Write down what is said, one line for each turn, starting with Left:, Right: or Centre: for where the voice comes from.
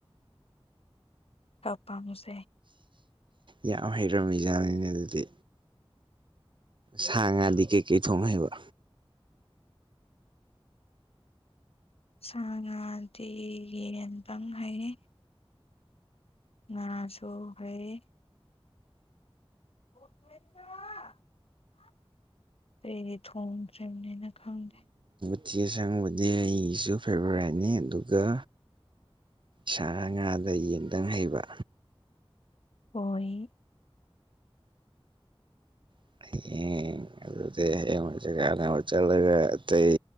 Left: ꯀꯄꯥꯝꯁ
Right: ꯌꯥꯝ ꯍꯩꯔꯝꯃꯤ ꯖꯥꯅꯤꯅꯦ ꯑꯗꯨꯗꯤ ꯁꯥ ꯉꯥꯗꯤ ꯀꯩꯀꯩ ꯊꯣꯡ ꯍꯩꯕ
Left: ꯁꯥ ꯉꯥꯗꯤ ꯌꯦꯟꯇꯪ ꯍꯩ ꯉꯥꯁꯨ ꯍꯩ <unintelligible> ꯑꯩꯗꯤ ꯊꯣꯡꯗ꯭ꯔꯤꯕꯅꯦꯅ ꯈꯪꯗꯦ
Right: ꯑꯨꯇꯤ ꯑꯁꯪꯕꯗꯤ ꯑꯩꯒꯤꯁꯨ ꯐꯦꯕꯣꯔꯥꯏꯠꯅꯤ ꯑꯗꯨꯒ ꯁꯥ ꯉꯥꯗ ꯌꯦꯟꯗꯪ ꯍꯩꯕ
Left: ꯑꯣꯏ
Right: <unintelligible> ꯑꯗꯨꯗꯤ ꯍꯥꯌꯦꯡ ꯋꯥꯏ ꯆꯛ ꯆꯥꯅꯕ ꯆꯠꯂꯒ ꯑꯇꯩ